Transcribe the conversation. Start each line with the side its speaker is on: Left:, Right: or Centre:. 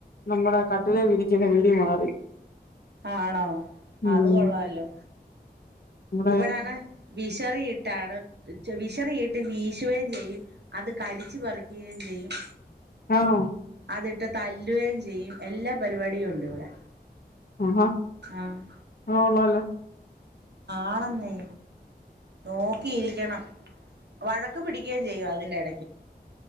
Left: നമ്മുടെ കട്ടിലെ വിരിക്കണ വിരി മാറി
Right: ആണോ
Left: ഉം
Right: അത് കൊള്ളല്ലോ
Left: നമ്മുടെ
Right: ഇവിടാണേ വിശറിയിട്ടാണ് വിശറിയിട്ട് വീശേം ചെയ്യും അത് കടിച്ചു പറിക്കേം ചെയ്യും
Left: ആണോ
Right: അതിട്ട് തല്ലുവേം ചെയ്യും എല്ലാ പരിപാടിയും ഒണ്ട് ഇവിടെ
Left: ആഹ് ഹാഹ്
Right: ആഹ്
Left: <unintelligible>
Right: ആണെന്നേ നോക്കിയിരിക്കണം വഴക്ക് പിടിക്കേം ചെയ്യും അതിന്റെ എട